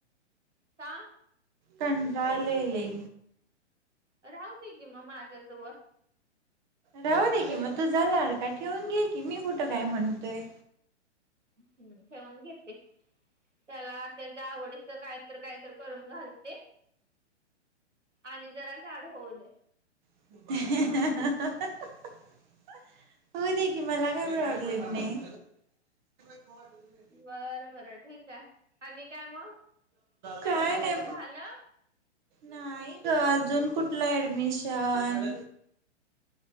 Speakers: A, on the right; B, on the right.
A: का?
B: कंटाळले लई.
A: राहू दे की मग, माझ्याजवळ.
B: राहू दे की मग, तूझा लाडका! ठेवून घे की, मी कुठं काय म्हणतोय.
A: हम्म ठेऊन घेते. त्याला त्याच्या आवडीच काय तर काय तरकरून घालते. आणि जरा जाड होऊ दे.
B: <unintelligible> होऊ दे की, मला काय प्रॉब्लेम नाही. हो. <unintelligible>
A: बरं बरं ठीक आहे, आणि काय मग
B: काय
A: ऍडमिशन
B: नाही.
A: झालं.
B: नाही ग, अजून कुठल ऍडमिशन.